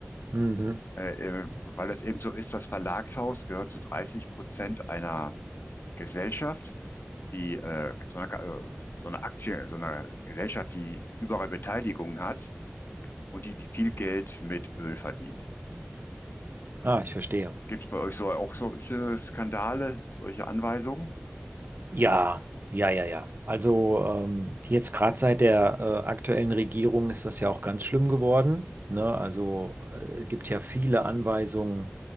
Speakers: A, on the right; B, on the left.
A: Mhm.
B: äh, äh, weil es eben so ist, das Verlagshaus gehört zu 30 Prozent einer Gesellschaft, die äh, so eine, äh, so eine Aktie, so eine Gesellschaft, die überall Beteiligung hat und die, die viel Geld mit Öl verdient.
A: Ah, ich verstehe.
B: Gibt es bei euch so auch solche Skandale, solche Anweisungen?
A: Ja, ja, ja, ja. Also ähm, jetzt gerade seit der äh, aktuellen Regierung ist das ja auch ganz schlimm geworden. Ne? Also äh, gibt ja viele Anweisungen,